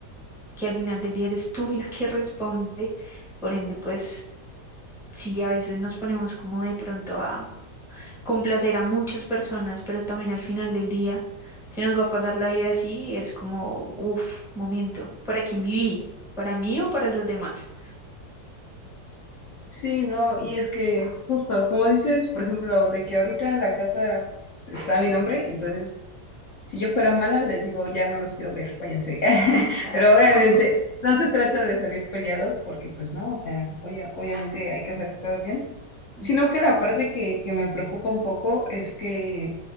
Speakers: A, in the centre; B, on the left.
A: que al final del día eres tú <laughs> la que responde, por ende, pues Sí, a veces nos ponemos como de pronto a complacer a muchas personas, pero también al final del día se nos va a pasar la vida así, y es como, uff, momento, ¿para quién viví? ¿Para mí o para los demás?
B: Sí, no, y es que justo, como dices, por ejemplo, de que ahorita en la casa está mi nombre, entonces, si yo fuera mala, les digo, ya no los quiero ver, váyanse. <laughs>
A: Exacto.
B: Pero obviamente,
A: <laughs>
B: no se trata de salir peleados, porque pues no, o sea, obvia- obviamente hay que hacer las cosas bien.
A: Ujú,
B: Sino que la parte que, que me preocupa un poco es que,